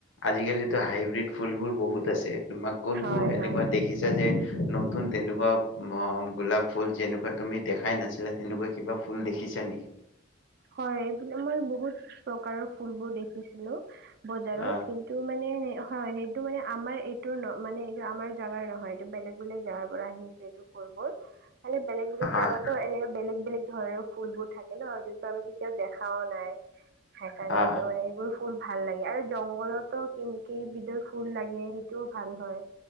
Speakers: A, on the left (about 70°); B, on the right (about 50°).
A: আজিকালিতো হাইব্ৰীড ফুলবোৰ বহুত আছে। তোমাক কোনটো
B: হয়
A: এনেকুৱা
B: হয়
A: দেখিছা যে? নতুন তেনেকুৱা গোলাপ ফুল যেনেকুৱা তুমি দেখাই নাছিলা তেনেকুৱা কিবা ফুল দেখিছা নেকি?
B: হয় এইবিলাক মই বহুত প্ৰকাৰৰ ফুলবোৰ দেখিছিলো। বজাৰত
A: অ',
B: কিন্তু মানে, হয় সেইটো মানে আমাৰ এইটো ন মানে এইটো আমাৰ জাগাৰ নহয়। এইটো বেলেগ বেলেগ জেগাৰ পৰা আহিছে এইটো ফুলবোৰ খালি বেলেগ বেলেগ জেগাতো
A: অ'।
B: এনেকে বেলেগ বেলেগ ধৰণৰ ফুল বোৰ থাকে ন যোন। আমি কেতিয়াও দেখাও নাই। সেইকাৰণে
A: আহ
B: এইটো এইবোৰ ফুল ভাল লাগে আৰু জংঘলতো কে কেইবিধৰ ফুল লাগে সেইটোও ভাল হয়।